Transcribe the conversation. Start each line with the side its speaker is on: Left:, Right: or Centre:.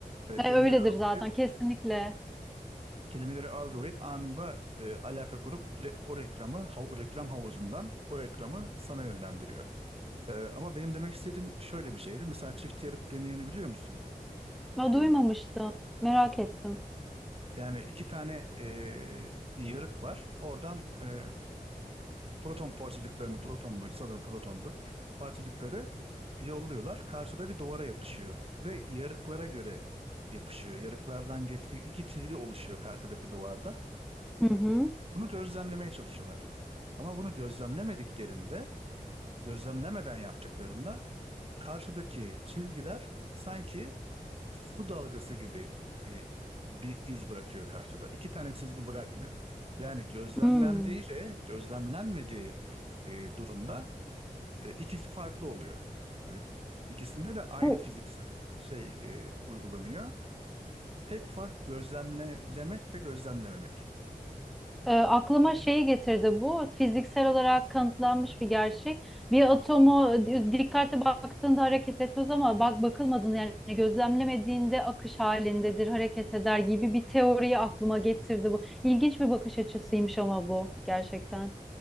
Right: E, kelimeleri
Centre: E, Öyledir
Right: algılayıp
Centre: zaten kesinlikle.
Right: Kelimeleri algılayıp anında e, alaka kurup re- o reklamı hav- reklam havuzundan o reklamı sana yönlendiriyor. E, ama benim demek istediğim şöyle bir şeydi. Mesela çift yarık deneyini biliyor musun?
Centre: Ya,
Right: E,
Centre: duymamıştım. Merak ettim.
Right: yani iki tane e, yarık var. Oradan e, proton parçacıklarını, proton böyle sanırım protondu. Parçacıkları yolluyorlar. Karşıda bir duvara yapışıyor. Ve yarıklara göre yapışıyor. Yarıklardan geçtiği iki çizgi oluşuyor karşıdaki duvarda.
Centre: Hı hı.
Right: Bunu gözlemlemeye çalışıyorlar. Ama bunu gözlemlemediklerinde, gözlemlemeden yaptıklarında karşıdaki çizgiler sanki su dalgası gibi e, bir iz bırakıyor karşıda. İki tane çizgi bırakmıyor. Yani gözlemlendiği
Centre: Hmm.
Right: ile gözlemlenmediği e, durumda e, ikisi farklı oluyor. Hani ikisinde de aynı
Centre: Bu
Right: fiziksel şey e, uygulanıyor. Tek fark gözlemlemek ve gözlemlememek.
Centre: e, aklıma şeyi getirdi bu fiziksel olarak kanıtlanmış bir gerçek. Bir atomu di- dikkatli baktığında hareket etmez ama bak bakılmadığında yani gözlemlemediğinde akış halindedir, hareket eder gibi bir teoriyi aklıma getirdi bu. İlginç bir bakış açısıymış ama bu gerçekten.